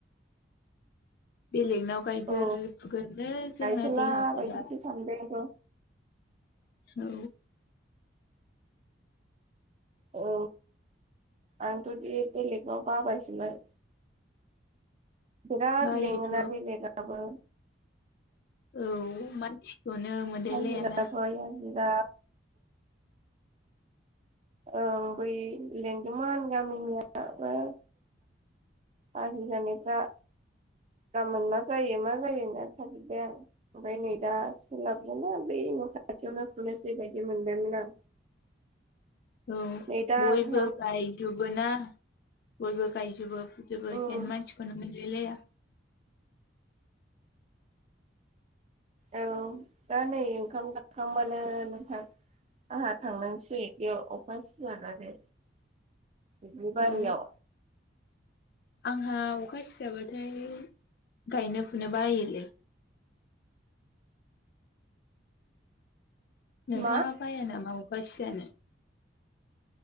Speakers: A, on the left (about 55°); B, on the right (about 35°).
A: बेलेगनाव गायगोर
B: औ
A: फुगोरोनो
B: गायथ'ला
A: जोंना देहाफोरा
B: बायदिसो सानबाय आंथ'
A: औ
B: औ आंथ' बेलेगाव बाबायसोमोन बिराद
A: बायोथ'
B: मेङाना बेलेगनावबो
A: औ मानसिखौनो मोनलायलायाना
B: हाजिराबाज दा औ बै लें बिदिन गामिनियाबो हाज्रि जानायफ्रा गाबोन मा जायो मा जायो होनना थाजोबबाय आं ओमफ्राय नै दा सोलाबगोना बै न' खाथियावनो फुनोसै बायदि मोनदोंमोन आं।
A: औ
B: नै दा
A: बयबो
B: ओंखाम
A: गायजोबो ना बयबो गायजोबो। जोबो
B: उम
A: इखायनो मानसिखौनो मोनलायलाया।
B: औ दा नै ओंखाम गाखांबानो नोंहा आंहा थांनानसै बेयाव अखा सिजानानै दुबलिबारियाव।
A: औ आंहा अखा सिजाबाथाय गायनो फुनो बायोलै। नोंथाङा
B: मा
A: बाया नामा अखा सिजानो?